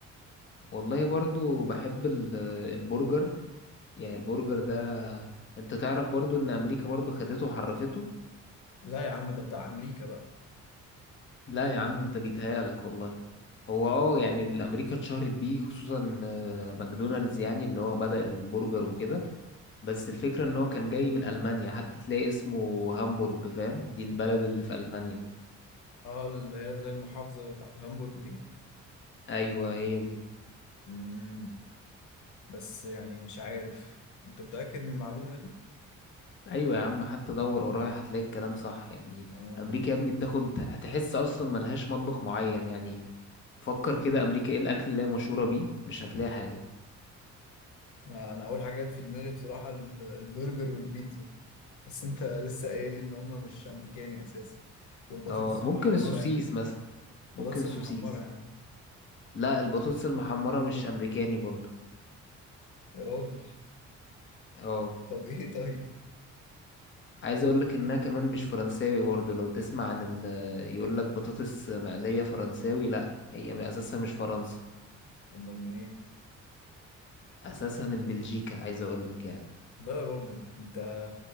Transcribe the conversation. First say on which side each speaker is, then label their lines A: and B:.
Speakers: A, on the left; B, on the left.
A: والله برضو بحب ال- البرجر يعني البرجر ده انت تعرف برضو ان امريكا برضو خدته وحرفته
B: لا يا عم ده بتاع امريكا بقى
A: لا يا عم انت بيتهيألك والله هو اه يعني الامريكا اتشهرت بيه خصوصا آه، ماكدونالدز يعني اللي هو بدأ البرجر وكده بس الفكرة ان هو كان جاي من المانيا حتى تلاقي اسمه هامبورج فاهم دي البلد اللي في المانيا
B: اه اللي هي زي المحافظة بتاعت هامبورج دي
A: ايوه هي دي
B: امم بس يعني مش عارف انت متأكد من المعلومة دي
A: ايوه يا عم حتى دور ورايا هتلاقي الكلام صح يعني
B: اه
A: امريكا يا ابني بتاخد هتحس اصلا ملهاش مطبخ معين يعني فكر كده امريكا ايه الاكل اللي هي مشهورة بيه مش هتلاقي حاجة
B: انا أنا اول حاجة جت في دماغي بصراحة ال- البرجر والبيتزا بس انت لسه قايل لي ان هم مش امريكاني اساسا والبطاطس
A: اه ممكن
B: المحمره
A: السوسيس
B: يا عم
A: مثلا
B: بطاطس
A: ممكن السوسيس
B: المحمره يا عم
A: لا البطاطس المحمرة مش أمريكاني برضو
B: يا راجل
A: اه
B: طب ايه طيب
A: عايز اقول لك انها كمان مش فرنساوي برضو لو تسمع عن ال يقول لك بطاطس مقلية فرنساوي لا هي من اساسها مش فرنسا
B: امال منين
A: اساسها من بلجيكا عايز اقول لك يعني
B: لا يا راجل انت